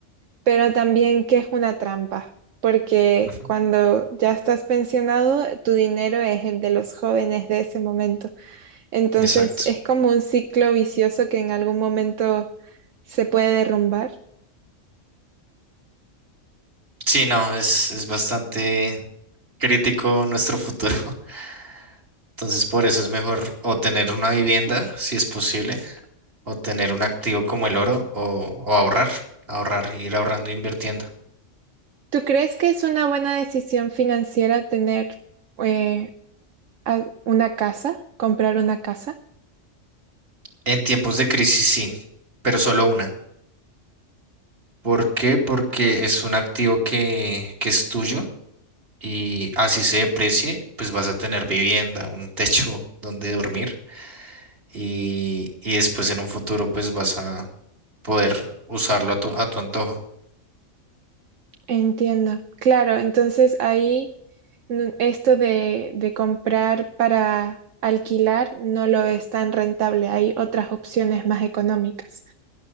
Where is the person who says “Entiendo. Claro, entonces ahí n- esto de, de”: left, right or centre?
Right